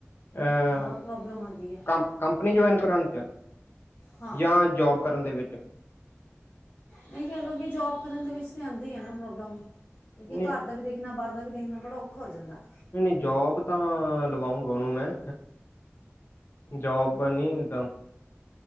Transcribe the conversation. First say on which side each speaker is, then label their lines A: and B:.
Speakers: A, on the left (about 45°); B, on the left (about 65°).
A: ਅ
B: ਬਹੁਤ ਪ੍ਰੋਬਲਮ ਆਉਂਦੀ ਹੈ।
A: ਕੰ ਕੰਪਨੀ ਜੁਆਇਨ ਕਰਨਉਣ 'ਚ
B: ਹਾਂ
A: ਜਾਂ ਜੋਬ ਕਰਨ ਦੇ ਵਿੱਚ
B: ਇਹੀ ਕਹਿ ਲਓ ਕਿ ਜੋਬ ਕਰਨ ਦੇ ਵਿੱਚ ਤੇ ਆਉਂਦੀ ਹੈ ਨਾ ਪ੍ਰੋਬਲਮ
A: ਨਹੀਂ
B: ਕਿਉਂਕਿ ਘਰ ਦਾ ਵੀ ਦੇਖਣਾ ਬਾਹਰ ਦਾ ਵੀ ਦੇਖਣਾ ਬੜਾ ਔਖਾ ਹੋ ਜਾਂਦਾ ਹੈ।
A: ਨਹੀਂ ਨਹੀਂ ਜੋਬ ਤਾਂ ਲਵਾਉਂਗਾ ਉਹਨੂੰ ਮੈਂ <inaudible>